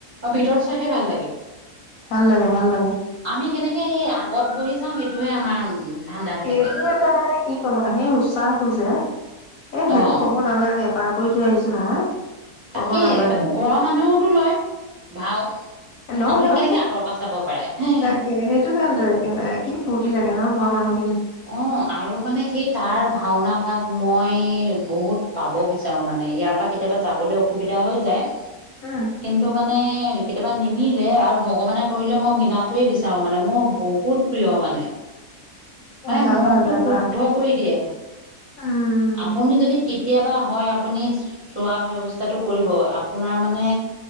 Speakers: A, on the right; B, on the left.
A: ভিতৰত চাইহে ভাল লাগে
B: ভাল লাগে ভাল লাগে
A: আমি কেনেকৈ সেই আগত বহি চাওঁ সেইটোহে আমাৰ ধান্দা হৈ থাকে
B: এইটো এটা মানে কি ক'ম আৰু সেই উৎসাহটো যে এ সেইটো
A: অ'।
B: কব নালাগে পাৰ কৰি থৈ আহিছো নহয়। ক'ব
A: তাকে
B: নালাগে
A: তাকো ঘৰৰ মানুহেওতো লয় ভাও।
B: লওঁ
A: আপুনি
B: লওঁ
A: কেনেকে আঁতৰ পৰাচাব পাৰে? হে
B: তাকে সেইটো জান দে কি ফূৰ্তি থাগে নহ ঘৰ মানুহ।
A: অঁ আৰু মানে সেই তাৰ ভাওনা ভাগ মই বহুত। পাব বিচাৰো মানে ইয়াৰ পৰা কেতিয়াবা যাবলৈ অসুবিধা হৈ যায়
B: উম
A: কিন্তু মানে কেতিয়াবা নিমিলে আৰু ভগৱানে কৰিলে মই মিলাটোৱে বিচাৰো মানে মোৰ বহুত প্ৰিয় মানে। মানে
B: এ যাবা
A: মনটো
B: যাবা
A: শুদ্ধ কৰি দিয়ে।
B: উম
A: আপুনি যদি কেতিয়াবা হয় আপুনি চোৱাৰ ব্যৱস্থাটো কৰিব আপোনাৰ মানে